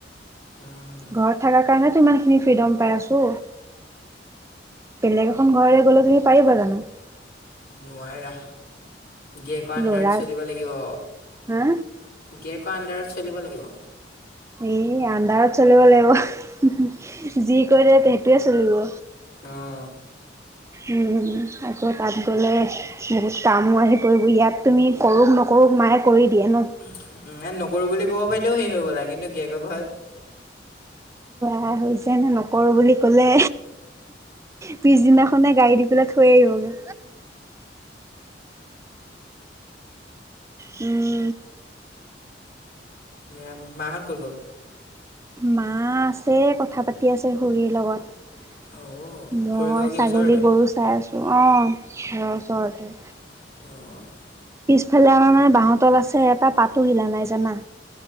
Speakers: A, on the left; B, on the right.
A: উম,
B: ঘৰত থকাৰ কাৰণে টো ইমানখিনি ফ্ৰীডম পাই আছো বেলেগ এখন ঘৰলে গ'লে তুমি পাৰিবা জানো
A: নোৱাৰা গিৰেকৰ আণ্ডাৰত
B: ল'ৰা
A: চলিব লাগিব
B: হা
A: গিৰেকৰ আণ্ডাৰত চলিব লাগিব
B: এ আণ্ডাৰত চলিব লাগিব যি কয় দিয়ে সেইটোৱে চলিব
A: অঁ
B: উম আকৌ তাত গ'লে বহুত কামো আহি পৰিব ইয়াত তুমি কৰোক নকৰোঁ মায়ে কৰি দিয়ে ন।
A: উম, ইয়াত নকৰো বুলি ক'ব পাৰিলেও সেই হৈ গ'লা কিন্তু গিৰিয়েকৰ ঘৰত
B: অ হৈছে নে নকৰোঁ বুলি ক'লে পিছদিনাখনে গাড়ী দি পেলাই থৈ আহিবগে। উম।
A: এ মাঁ হঁত কত গ'ল?
B: মাঁ আছে কথা পাতি আছে খুৰীৰ লগত।
A: অ',
B: মই
A: খুৰীৰ ঘৰ কি
B: ছাগলী
A: ওচৰতে?
B: গৰু চাই আছো অহ ঘৰৰ ওচৰতে।
A: <unintelligible>
B: পিছফালে আমাৰ মানে বাহঁতল আছে এটা পাতো হিলা নাই জানা?